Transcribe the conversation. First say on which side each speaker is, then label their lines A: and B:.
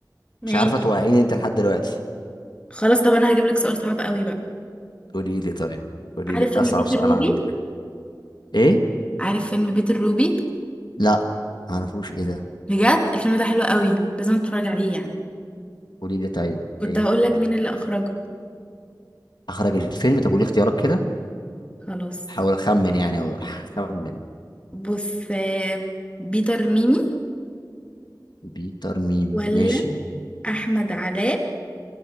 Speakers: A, on the left; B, on the left.
A: ماشي
B: مش عارفه توقعيني انت لحد دلوقتي
A: خلاص طب انا هجيب لك سؤال صعب قوي بقى
B: قولي لي طيب قولي
A: عارف
B: لي
A: فيلم
B: اصعب
A: بيت
B: سؤال
A: الروبي
B: عندك ايه
A: عارف فيلم بيت الروبي
B: لا معرفوش ايه ده
A: بجد الفيلم ده حلو قوي لازم تتفرج عليه يعني
B: قولي لي طيب
A: كنت
B: ايه
A: هقول لك مين اللي اخرجه
B: اخرج الفيلم طب قولي اختيارات كده
A: خلاص
B: حاول اخمن يعني او اخمن
A: بص آه، بيتر ميمي
B: بيتر ميمي
A: ولا
B: ماشي
A: احمد علاء